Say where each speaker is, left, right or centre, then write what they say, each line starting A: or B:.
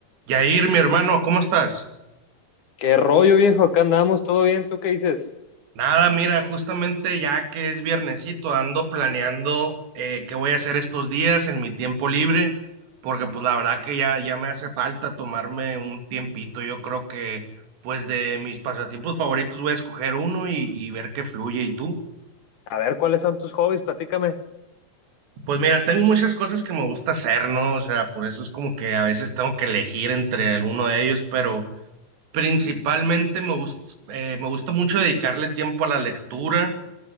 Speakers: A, on the right; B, on the left.
A: Yair, mi hermano, ¿cómo estás?
B: ¿Qué rollo, viejo? Acá andamos, ¿todo bien? ¿Tú qué dices?
A: Nada, mira, justamente ya que es viernesito, ando planeando eh, qué voy a hacer estos días en mi tiempo libre, porque pues la verdad que ya, ya me hace falta tomarme un tiempito. Yo creo que pues de mis pasatiempos favoritos voy a escoger uno y, y ver qué fluye. ¿Y tú?
B: A ver, ¿cuáles son tus hobbies? Platícame.
A: Pues mira, tengo muchas cosas que me gusta hacer, ¿no? O sea, por eso es como que a veces tengo que elegir entre alguno de ellos, pero principalmente me gusta, me gusta mucho dedicarle tiempo a la lectura.